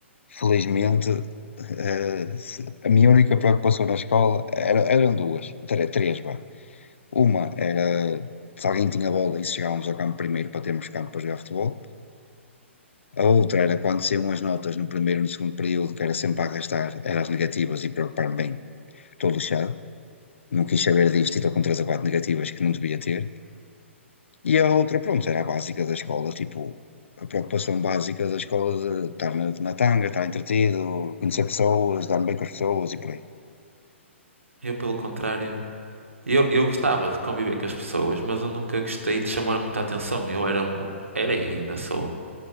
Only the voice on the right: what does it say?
eu pelo contrário, eu, eu gostava de conviver com as pessoas, mas eu nunca gostei de chamar muita atenção. Eu era, um- era e ainda sou